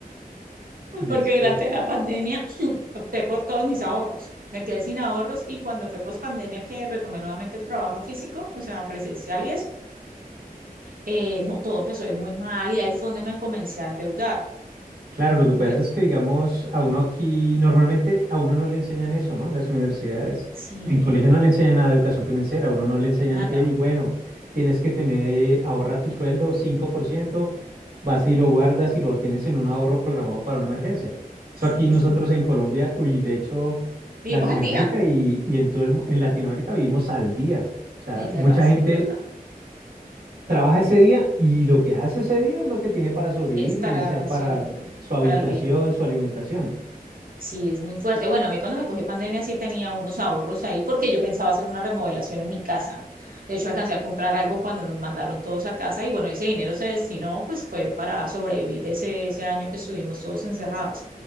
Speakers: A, on the right; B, on the right.
A: <laughs>
B: después.
A: porque durante la pandemia <clears throat> opté por todos mis ahorros, me quedé sin ahorros, y cuando fue post pandemia que retomé nuevamente el trabajo físico, o sea, presencial y eso, eh, no, todo empezó a ir muy mal y ahí fue donde me comencé a endeudar.
B: Claro, lo que pasa
A: Pero,
B: es que, digamos, a uno aquí, normalmente a uno no le enseñan eso, ¿no? En las universidades.
A: sí,
B: En colegio no le enseñan nada de educación financiera, a uno no le enseñan,
A: nada,
B: hey, bueno, tienes que tener, ahorra tu sueldo 5%, vas y lo guardas y lo tienes en un ahorro programado para una emergencia.
A: sí,
B: Eso aquí
A: es
B: nosotros
A: mu-
B: en Colombia, y de hecho,
A: vivimos
B: Latinoamérica
A: al día,
B: y, y en todo el, mu- en Latinoamérica vivimos al día. O sea,
A: literal,
B: mucha
A: sí,
B: gente
A: es verdad,
B: trabaja ese día y lo que hace ese día es lo que tiene para sobrevivir,
A: es para
B: bien sea para
A: sobrevivir,
B: su habitación,
A: para el día.
B: su alimentación.
A: Sí, es muy fuerte. Bueno, a mí cuando me cogió pandemia sí tenía unos ahorros ahí porque yo pensaba hacer una remodelación en mi casa. De hecho, alcancé a comprar algo cuando nos mandaron todos a casa y bueno, ese dinero se destinó, pues fue para sobrevivir ese, ese año que estuvimos todos encerrados.